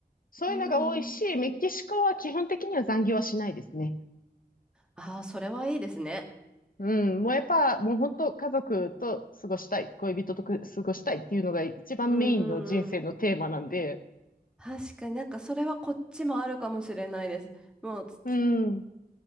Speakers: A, on the left (about 60°); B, in the centre.
A: そういうのが多いし、
B: うーん。
A: メキシコは基本的には残業はしないですね。
B: ああ、それはいいですね。
A: うん。もうやっぱ、もう本当家族と過ごしたい、恋人とく過ごしたいっていうのが一番メインの人生のテーマなんで、
B: うんうんうん。確かになんかそれはこっちもあるかもしれないです。もうつつ
A: うん。